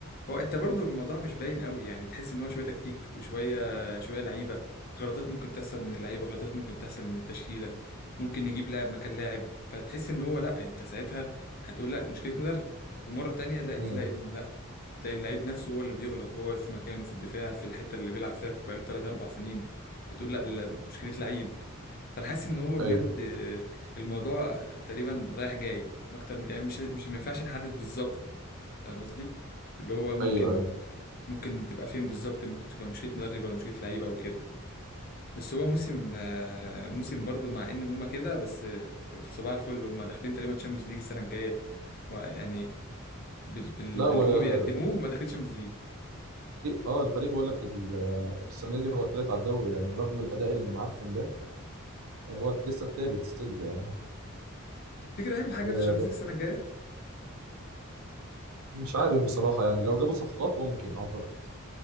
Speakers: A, on the left; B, on the right.
A: هو انت برضو الموضوع مش باين قوي يعني تحس ان هو شويه تكتيك وشويه شويه لعيبه غلطات ممكن تحصل من اللعيبه غلطات ممكن تحصل من التشكيله ممكن نجيب لاعب مكان لاعب فتحس ان هو لا انت ساعتها هتقول لا دي مشكله مدرب ومره تانية لا تلاقي
B: امم
A: ان لا تلاقي اللعيب نفسه هو اللي بيغلط وهو واقف في مكانه في الدفاع في الحته اللي بيلعب فيها بقاله 3 4 سنين فتقول لا دي مشكله لعيب فانا حاسس ان هو بجد
B: ايوه
A: آه، الموضوع تقريبا رايح جاي اكتر من- يعني مش مش ما ينفعش نحدد بالظبط فاهم قصدي اللي هو ممكن
B: ايوه ايوه
A: ممكن تبقى فين بالظبط ممكن تبقى مشيت مدرب ولا مشيت لعيب او كده بس هو موسم آه، موسم برضو مع ان هما كده بس آه، صباح الفل هما داخلين تقريبا تشامبيونز ليج السنه الجايه ويعني بال... بال...
B: لا
A: باللي
B: والفريق
A: هما بيقدموه هما داخلين تشامبيونز ليج
B: اه الفريق بقول لك ال- السنه دي هو التالت على الدوري يعني رغم الاداء المعفن ده هو لسه التالت ستيل يعني
A: تفتكر هيعمل حاجه
B: آه
A: في تشامبيونز
B: بس
A: ليج السنه الجايه
B: مش عارف بصراحه يعني لو جابوا صفقات ممكن اعتقد